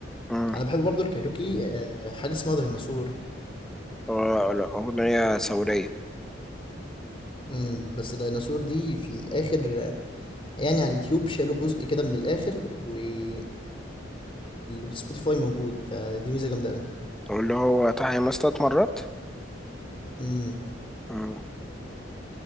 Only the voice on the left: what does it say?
انا بحب برضه الكايروكي آه، حاجه اسمها ديناصور
مم، بس ديناصور دي في الاخر آه، يعني على اليوتيوب شالوا جزء كده من الاخر وفي السبوتيفاي موجود فدي ميزه جامده قوي
امم